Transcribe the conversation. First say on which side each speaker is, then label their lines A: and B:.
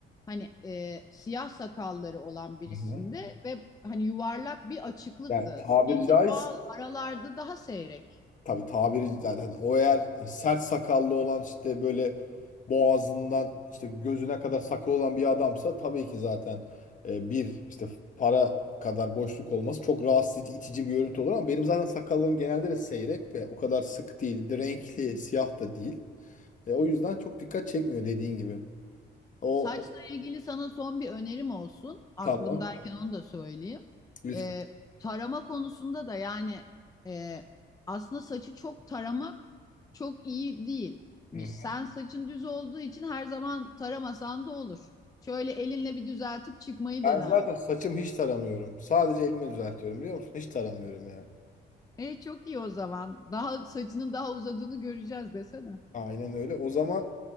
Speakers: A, on the left; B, on the left.
A: hani e, siyah sakalları olan birisinde
B: Hı hı.
A: ve hani yuvarlak bir açıklıktı.
B: Yani tabiri
A: Seninki
B: caizse
A: doğal aralarda daha seyrek.
B: Tabii tabiri yani hani o eğer sert sakallı olan işte böyle boğazından işte gözüne kadar sakal olan bir adamsa tabii ki zaten e, bir işte para kadar boşluk olması çok rahatsız edici, itici bir görüntü olur ama benim zaten sakallarım genelde de seyrek ve o kadar sık değil. Bir de renkli, siyah da değil. E, o yüzden çok dikkat çekmiyor dediğin gibi. O
A: Saçla
B: o-
A: ilgili sana son bir önerim olsun. Aklımdayken
B: tamam
A: onu da söyleyeyim.
B: lütfen.
A: Ee, tarama konusunda da yani e, aslında saçı çok taramak çok iyi değilmiş.
B: Hı hı.
A: Sen saçın düz olduğu için her zaman taramasan da olur. Şöyle elinle bir düzeltip çıkmayı
B: Ben
A: dene
B: zaten
A: arada.
B: saçım hiç taramıyorum. Sadece elimi düzeltiyorum biliyor musun? Hiç taramıyorum yani.
A: E çok iyi o zaman. Daha saçının daha uzadığını göreceğiz desene.
B: Aynen öyle. O zaman